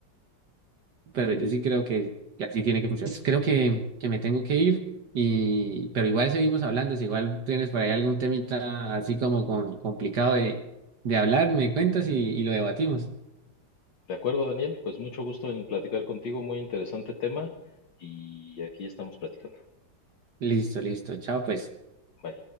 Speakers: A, on the right; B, on the left.
A: pero yo sí creo que, que así tiene que funcionar. Creo que, que me tengo que ir, y, pero igual seguimos hablando, si igual tienes por ahí algún temita así como con, complicado de, de hablar, me cuentas y, y lo debatimos.
B: De acuerdo, Daniel, pues mucho gusto en platicar contigo, muy interesante tema y aquí estamos platicando.
A: Listo, listo, chao pues.
B: Bye.